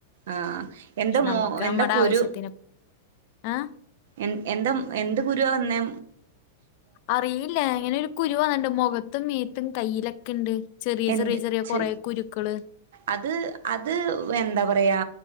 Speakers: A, on the right; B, on the left.
A: ആഹ എന്താ
B: പക്ഷെ
A: മോ
B: നമുക്ക്
A: എന്തൊ
B: നമ്മുടെ
A: കുരു
B: ആവശ്യത്തിന് ആ
A: എ എന്താ എന്ത് ഗുരുവ എന്നേ
B: അറിയില്ല ഇങ്ങനെ ഒരു കുരു വന്നിണ്ട് മുഖത്തും മീത്തും കയ്യിലൊക്കെ ഉണ്ട് ചെറിയ
A: എന്ത്
B: ചെറിയ ചെറിയ
A: ച്ച്
B: കുറെ കുരുക്കള്
A: അത് അത് എന്താ പറയാ